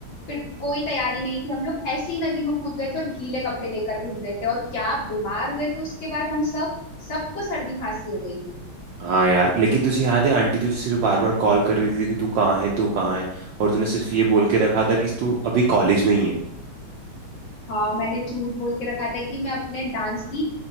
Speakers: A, on the left; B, on the right.
A: प्रि- कोई तैयारी नहीं थी हम लोग ऐसे ही नदी में कूद गए थे और गीले कपड़े लेकर घूम रहे थे और क्या बीमार हुए थे उसके बाद हम सब सबको सर्दी खांसी हो गई थी
B: हाँ यार लेकिन तुझे याद है आंटी तुझे सिर्फ बार बार कॉल कर रही थी कि तू कहाँ है तू कहाँ है और तूने सिर्फ ये बोल के रखा था कि तू अभी कॉलेज में ही है
A: हाँ मैंने झूठ बोल के रखा था कि मैं अपने डांस की